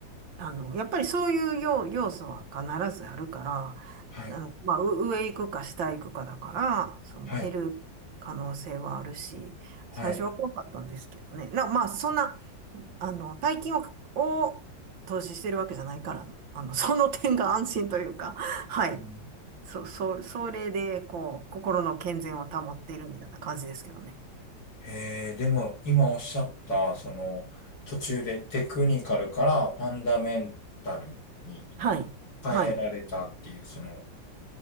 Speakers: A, on the right (about 80°); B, on the left (about 70°).
A: あの、やっぱりそういう要、要素は必ずあるか
B: はい。
A: ら、あの、まあ、う上行くか下行くかだから、その減る可能性はあるし、
B: はい。はい。
A: 最初は怖かったんですけどね。な、まあ、そんな、あの、大金を、を投資してるわけじゃないから、あの、その点が安心というか、はい。
B: うん、
A: そう、そう、それで、こう、心の健全を保っているみたいな感じですけどね。
B: えー、でも、今おっしゃった、その、途中でテクニカルからファンダメンタルに
A: はい。
B: 変えられたっていう、
A: はい。
B: その、